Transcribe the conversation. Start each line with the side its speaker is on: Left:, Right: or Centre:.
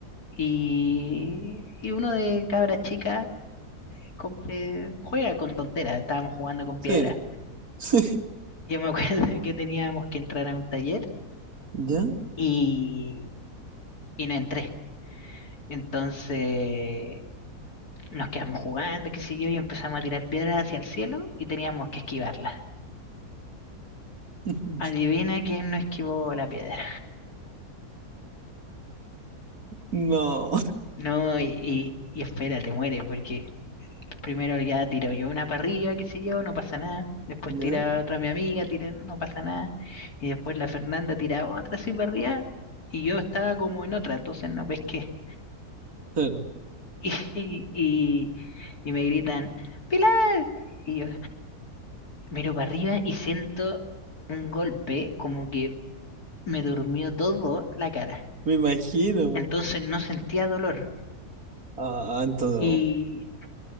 Left: y, y uno de cabras chicas compre- juega con tonteras, estábamos jugando con piedras.
Right: Sí. <laughs>
Left: Yo me acuerdo <laughs> que teníamos que entrar a un taller
Right: ¿Ya?
Left: y, y no entré. Entonces nos quedamos jugando, qué sé yo, y empezamos a tirar piedras hacia el cielo y teníamos que esquivarlas.
Right: <laughs>
Left: Adivina quién no esquivó la piedra.
Right: No.
Left: No, y, y, y espera, te mueres, porque Primero ya tiro yo una para arriba, qué sé yo, no pasa nada. Después
Right: ¿Ya?
Left: tira otra mi amiga, tira, no pasa nada. Y después la Fernanda tira otra así para arriba. Y yo estaba como en otra, entonces no pesqué.
Right: Claro,
Left: <laughs> Y, y, y me gritan, ¡Pilar! Y yo miro para arriba y siento un golpe como que me durmió todo la cara.
Right: me imagino.
Left: Entonces no sentía dolor.
Right: Ah, entonces...
Left: Y